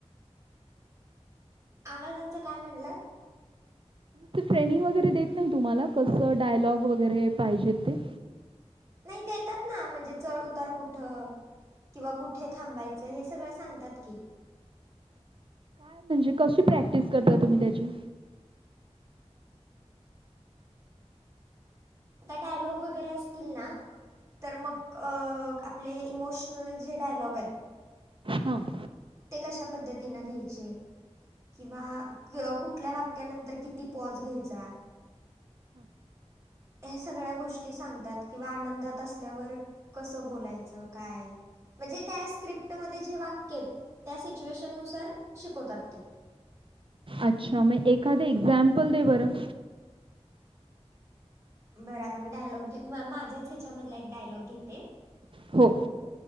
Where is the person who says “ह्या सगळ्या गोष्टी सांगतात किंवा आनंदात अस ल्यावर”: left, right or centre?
Right